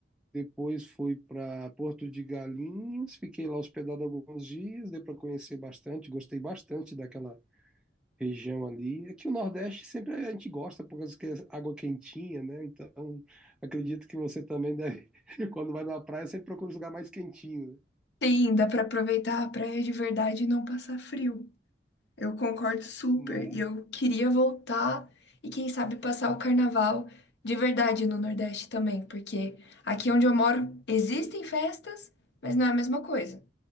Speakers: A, in the centre; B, on the left.
A: depois fui para Porto de Galinhas, fiquei lá hospedado alguns dias, deu para conhecer bastante, gostei bastante daquela região ali. É que o Nordeste sempre a gente gosta por causa que é água quentinha, né? Então, acredito que você também deve, <laughs> quando vai na praia, sempre procura um lugar mais quentinho,
B: Sim, dá pra aproveitar a praia de verdade e não passar frio. Eu concordo super.
A: né?
B: E eu queria voltar e, quem sabe, passar o carnaval de verdade no Nordeste também, porque aqui onde eu moro existem festas, mas não é a mesma coisa.